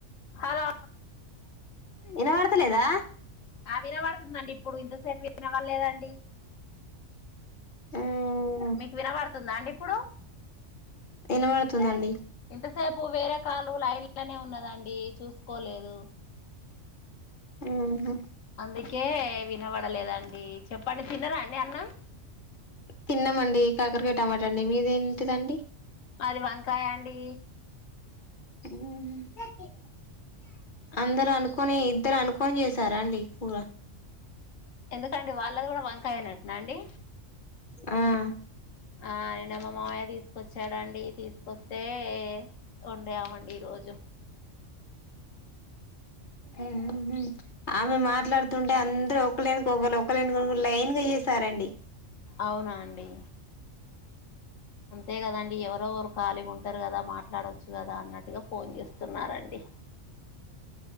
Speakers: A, on the left; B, on the left.
A: hello
B: ఇనవడతలేదా
A: ఆ వినబడుతుందండి ఇప్పుడు ఇంతసేపు వినబడలేదండి
B: మ్మ్
A: మీకు వినబడుతుందా అండి ఇప్పుడు
B: ఇనబడుతుందండి
A: ఇంతసేపు వేరే కాలు లైన్లనే ఉన్నదండి చూసుకోలేదు
B: ఊహు
A: అందుకే వినబడలేదండి చెప్పండి తిన్నరా అండి అన్నం
B: తిన్నమండి కాకరకాయ టమాట అండి మీదేంటిదండి
A: మాది వంకాయ అండీ
B: ఊ హు అందరు అనుకొని ఇద్దరు అనుకొని చేసారా అండి కూర
A: ఎందుకండి వాళ్ళది కూడా వంకాయేట్నన అండి
B: ఆ
A: ఆ నిన్న మా మామయ్య తీసుకొచ్చాడండి తీసుకొస్తే వొండమండి ఈ రోజు
B: ఊ ఆమె మాట్లాడుతుంటే అందరు ఒకలెనుకకొకలు ఒకలెనుకకొకలు లైన్గాచేసారండి
A: అవునా అండి అంతే గదండి డి ఎవరోవరు ఖాళీ ఉంటారు కదా మాట్లాడొచ్చు కదా అన్నట్టుగా ఫోన్ చేస్తున్నారండి